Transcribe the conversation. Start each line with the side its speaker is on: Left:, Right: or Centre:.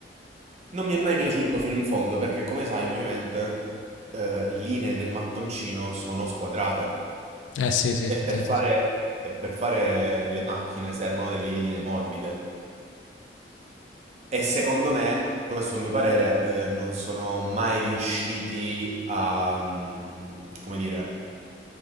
Right: non mi è mai piaciuto fino in fondo perché, come sai, ovviamente, eh, le linee del mattoncino sono squadrate
Left: Eh sì, sì, effettivamente
Right: e per fare,
Left: sì.
Right: e per fare le macchine servono delle linee morbide. E secondo me, questo è il mio parere, eh, non sono mai riusciti a, mm, come dire,